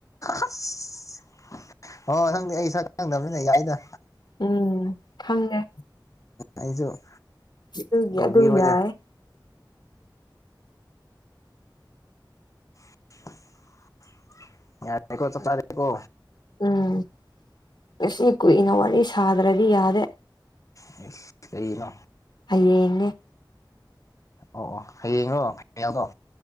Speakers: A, on the left (about 40°); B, on the left (about 70°).
A: ꯑꯁ ꯑꯣ ꯅꯪꯗꯤ ꯑꯩ ꯁꯛ ꯈꯪꯗꯕꯅꯤꯅ ꯌꯥꯏꯗ
B: ꯎꯝ ꯐꯪꯉꯦ
A: ꯑꯩꯁꯨ
B: ꯑꯗꯨꯒꯤ
A: ꯀꯧꯕꯤꯔꯣꯏꯗ
B: ꯑꯗꯨꯝ ꯌꯥꯏꯌꯦ
A: <inaudible> ꯌꯥꯔꯦꯀꯣ ꯆꯞꯆꯥꯔꯦꯀꯣ
B: ꯎꯝ ꯉꯁꯤ ꯀꯨꯏꯅ ꯋꯥꯔꯤ ꯁꯥꯗ꯭ꯔꯗꯤ ꯌꯥꯔꯦ
A: ꯍꯩꯁ ꯀꯔꯤꯅꯣ
B: ꯍꯌꯦꯡꯅꯦ
A: ꯑꯣ ꯑꯣ ꯍꯌꯦꯔꯣ <unintelligible> ꯑꯣ